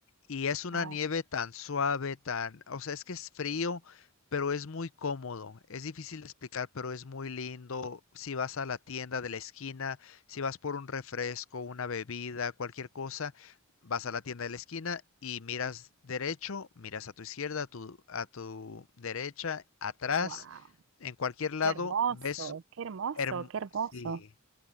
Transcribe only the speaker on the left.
Y es una
nieve tan suave, tan, o sea, es que es frío, pero es muy cómodo. Es difícil de explicar, pero es muy lindo. Si vas a la tienda de la esquina, si vas por un refresco, una bebida, cualquier cosa, vas a la tienda de la esquina y miras derecho, miras a tu izquierda, a tu, a tu derecha, atrás,
en cualquier lado,
ves
herm-
sí,